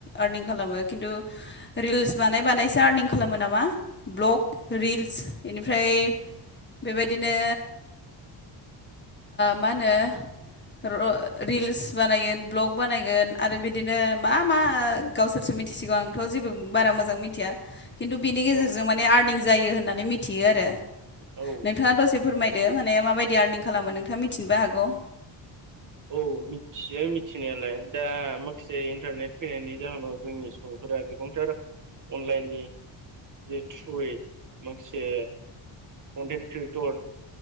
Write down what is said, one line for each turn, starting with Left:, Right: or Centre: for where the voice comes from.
Left: आर्निं खालामो खिन्थु रिल्स बानाय बानायसो आर्निं खालामो नामा ब्लग रिल्स बेनिफ्राय बेबायदिनो मा होनो र रिल्स बानायगोन भ्लग बानायगोन आरो बिदिनो मा मा गावसोरसो मिथिसिगौ आंथ' जेबो बारा मोजां मिथिया खिन्थु बिनि गेजेरजों
Right: औ
Left: माने आर्निं जायो होननानै मिथियो आरो
Right: औ
Left: नोंथाङा दसे फोरमायदो माने माबायदि आर्निं खालामो नोंथाङा मिथिनोबो हागौ
Right: औ मिथियो मिथिनायालाय दा माखासे इन्टारनेट फैनायनि जाहोनाव जोंनि सुबुंफोरा गोबांथार अनलाइननि जे थ्रुयै माखासे अनेग ख्रियेटर